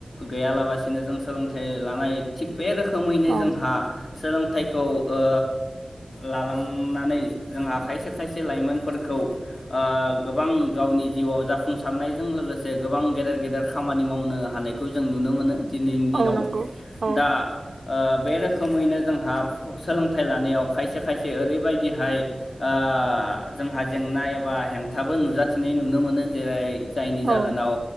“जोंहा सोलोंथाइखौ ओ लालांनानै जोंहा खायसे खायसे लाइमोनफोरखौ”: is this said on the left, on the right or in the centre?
Left